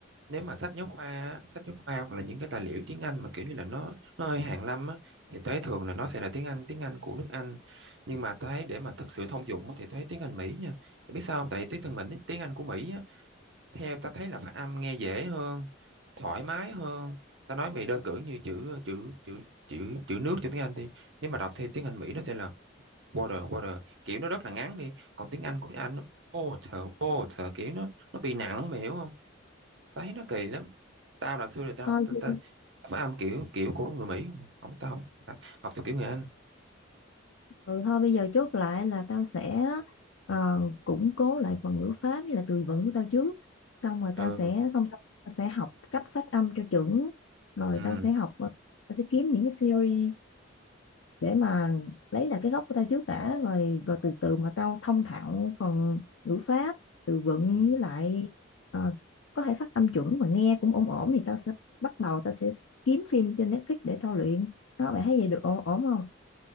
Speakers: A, on the right; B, on the left.
A: nếu mà sách giáo khoa á, sách giáo khoa hoặc là những cái tài liệu tiếng Anh mà kiểu như là nó nó hơi hàn lâm á thì tao thấy thường là nó sẽ là tiếng Anh tiếng Anh của nước Anh nhưng mà tao thấy để mà thực sự thông dụng á, thì tao thấy tiếng Anh Mỹ nha Tại biết sao không? tại tiếng thân mình tiếng Anh của Mỹ á, theo ta thấy là phát âm nghe dễ hơn thoải mái hơn ta nói mày đơn cử như chữ chữ chữ chữ chữ nước trong tiếng Anh đi nếu mà đọc theo tiếng Anh Mỹ nó sẽ là water water kiểu nó rất là ngắn đi còn tiếng Anh của tiếng Anh nó water water kiểu nó nó bị nặng mày hiểu không ta thấy nó kỳ lắm tao là xưa là tao học
B: thôi
A: ta,
B: thì-
A: ta, phát âm kiểu kiểu của người Mỹ không mà. không tao không ta học theo kiểu người Anh
B: ừ, thôi bây giờ chốt lại là tao sẽ ờ, củng cố lại phần ngữ pháp với là từ vựng của tao trước xong rồi
A: ừ
B: tao sẽ song song tao sẽ học cách phát âm cho chuẩn rồi
A: ừ,
B: tao sẽ học ờ, tao sẽ kiếm những cái series để mà lấy lại cái gốc của tao trước đã rồi rồi từ từ mà tao thông thạo phần ngữ pháp từ vựng
A: ừ.
B: với lại ờ, có thể phát âm chuẩn mà nghe cũng ổn ổn thì tao sẽ bắt đầu tao sẽ kiếm phim trên Netflix để tao luyện đó mày thấy vậy được ổn ổn không